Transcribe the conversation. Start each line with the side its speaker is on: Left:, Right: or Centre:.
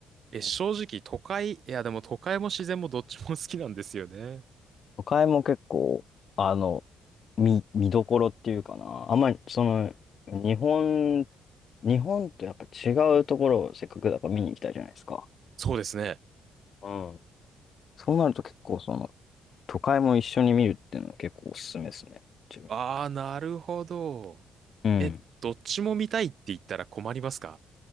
Right: え、
Left: う。
Right: 正直、都会、いや、でも都会も自然もどっちも好きなんですよね。
Left: 都会も結構、あの、見、見どころっていうかな。あんまり、その、日本、日本とやっぱ違うところをせっかくだから見に行きたいじゃないですか。
Right: そうですね。
Left: うん。そうなると結構、その、都会も一緒に見るっていうのは結構おすすめですね。自分。
Right: ああ、なるほど。
Left: うん。
Right: え、どっちも見たいって言ったら困りますか